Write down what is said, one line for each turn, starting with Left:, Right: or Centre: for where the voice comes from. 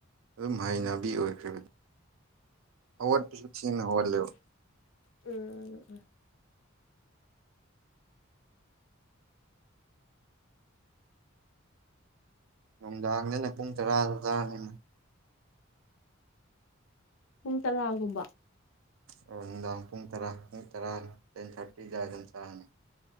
Right: ꯑꯗꯨꯝ ꯍꯩꯅꯕꯤ ꯑꯣꯏꯈ꯭ꯔꯦ ꯕ꯫ ꯍꯧꯒꯠꯄꯁꯨ ꯊꯦꯡꯅ ꯍꯧꯒꯠꯂꯦꯕ꯫
Left: ꯎꯝ
Right: ꯅꯨꯡꯗꯥꯡꯗꯅ ꯄꯨꯡ ꯇꯔꯥꯗ ꯇꯥꯔꯅꯤ
Left: ꯄꯨꯡ ꯇꯔꯥꯒꯨꯝꯕ
Right: ꯑꯣ ꯅꯨꯡꯗꯥꯡ ꯄꯨꯡ ꯇꯔꯥ ꯄꯨꯡ ꯇꯔꯥ ꯇꯦꯟ ꯊꯥꯔꯇꯤ ꯗꯥꯏꯗ ꯑꯗꯨꯝ ꯆꯥꯅꯤ꯫